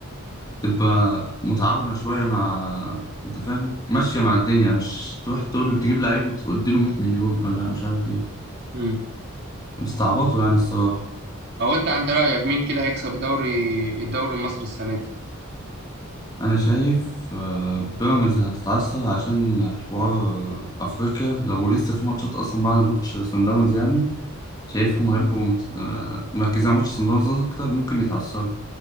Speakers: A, on the left (about 20°); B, on the right (about 50°).
A: تبقى متعاونة شوية مع أنت فاهم ماشية مع الدنيا مش تروح تقول تجيب لعيب وتديله 100 مليون ولا مش عارف إيه
B: امم
A: مستعبطه يعني الصراحة
B: هو انت عند رايك مين كده هيكسب الدوري الدوري المصري السنه دي؟
A: أنا شايف آه، بيراميدز هتتعثر عشان حوار آه، أفريقيا لو لسه في ماتشات أصلا بعد ماتش سان داونز يعني شايفهم هيبقوا مت- آه، مركزين على ماتش سان داونز أكتر ممكن يتعثروا